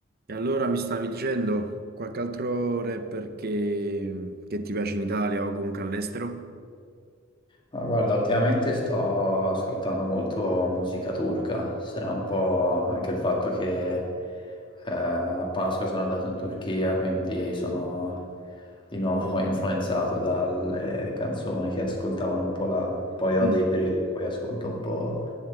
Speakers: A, on the right (about 50°); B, on the left (about 25°).
A: E allora mi stavi dicendo qualche altro rapper che, che ti piace in Italia o comunque all'estero?
B: Ah, Guarda, ultimamente sto ascoltando molto musica turca, sarà un po' anche il fatto che eh, a Pasqua sono andato in Turchia, quindi sono di nuovo <laughs> influenzato dalle canzoni che ascoltavano un po' là. Poi ho
A: Mm,
B: dei periodi in cui ascolto un po',